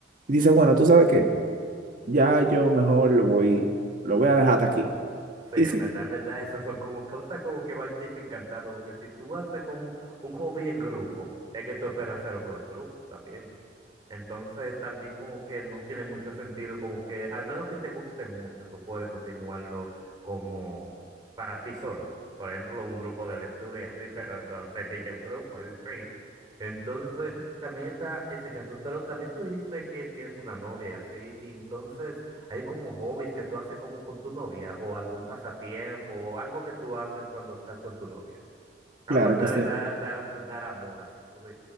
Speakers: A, on the right; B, on the right.
A: y dices, bueno, ¿tú sabes qué? Ya yo mejor lo voy, lo voy a dejar hasta aquí.
B: Sí,
A: Y
B: en
A: sí,
B: verdad, en verdad, esas son como cosas como que van desencantando, porque si tú haces como un hobby en grupo, es que tú esperas hacerlo con el grupo también. Entonces también como que no tiene mucho sentido, como que al menos que te guste mucho, tú puedes continuarlo como para ti solo. Por ejemplo, un grupo de lectura y así, <laughs> pero no sería ya un grupo, <laughs> en sí. Entonces también está ese caso, pero también tú dijiste que tienes una novia y así, y entonces hay como hobbies que tú haces como con tu novia o algún pasatiempo o algo que tú haces cuando estás con tu novia, aparte
A: claro que
B: de
A: sí.
B: dar, dar, dar amor, así tú